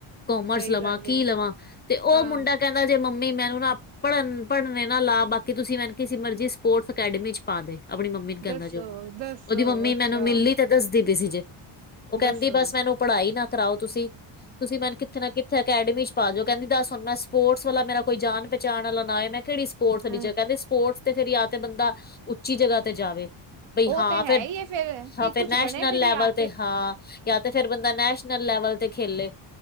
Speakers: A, on the left (about 20°); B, on the right (about 65°).
A: ਕੋਮਰਸ
B: ਸਹੀ
A: ਲਵਾਂ,
B: ਗੱਲ
A: ਕੀ
B: ਏ
A: ਲਵਾਂ ਤੇ ਉਹ
B: ਹਾਂ
A: ਮੁੰਡਾ ਕਹਿੰਦਾ ਜੇ, ਮੰਮੀ ਮੈਨੂੰ ਨਾ ਪੜ੍ਹਨ, ਪੜ੍ਹਨੇ ਨਾ ਲਾ ਬਾਕੀ ਤੁਸੀਂ ਮੈਨ ਕਿਸੀ ਮਰਜ਼ੀ ਸਪੋਰਟਸ ਅਕੈਡਮੀ ਚ ਪਾ ਦੇ। ਅਪਣੀ ਮੰਮੀ ਨੂੰ ਕੈਂਦਾ
B: ਦੱਸੋ
A: ਜੇ ਓ ਮੁੰਡਾ,
B: ਦੱਸੋ
A: ਉਦੀ ਮੰਮੀ
B: ਅੱਛਾ
A: ਮੈਨੂੰ ਮਿਲੀ ਤੇ ਦੱਸਦੀ ਬੀ ਸੀ ਜੇ। ਓ ਕੈਂਦੀ
B: ਦੱਸੋ
A: ਬਸ ਮੈਨੂੰ ਪੜ੍ਹਾਈ ਨਾ ਕਰਾਓ ਤੁਸੀਂ, ਤੁਸੀ ਮੈਨ ਕਿੱਥੇ ਨਾ ਕਿੱਥੇ ਅਕੈਡਮੀ ਚ ਪਾਜੋ। ਕੈਂਦੀ ਦੱਸ ਹੁਨ ਮੈਂ ਸਪੋਰਟਸ ਵਾਲਾ ਮੇਰਾ ਕੋਈ ਜਾਨ ਪਹਿਚਾਣ ਆਲਾ ਨਾਂ ਹੋਏ ਮੈਂ ਕੇੜੀ ਸਪੋਰਟਸ ਆਲੀ
B: ਹਮ
A: ਜਗ੍ਹਾ, ਕੈਂਦੀ ਸਪੋਰਟਸ ਤੇ ਫੇਰ ਯਾਂ ਤੇ ਬੰਦਾ, ਉੱਚੀ ਜਗ੍ਹਾ ਤੇ ਜਾਵੇ। ਬਈ
B: ਉਹ
A: ਹਾਂ
B: ਤੇ ਹੈ
A: ਫੇਰ,
B: ਹੀ ਹੈ ਫੇਰ ਕਿ
A: ਹਾਂ
B: ਕੁਛ
A: ਫੇਰ ਨੈਸ਼ਨਲ
B: ਬਣੇ ਫਿਰ
A: ਲੈਵਲ
B: ਯਾ
A: ਤੇ ਹਾਂ ਯਾਂ ਤੇ ਫੇਰ ਬੰਦਾ ਨੈਸ਼ਨਲ ਲੈਵਲ ਤੇ ਖੇਲੇ,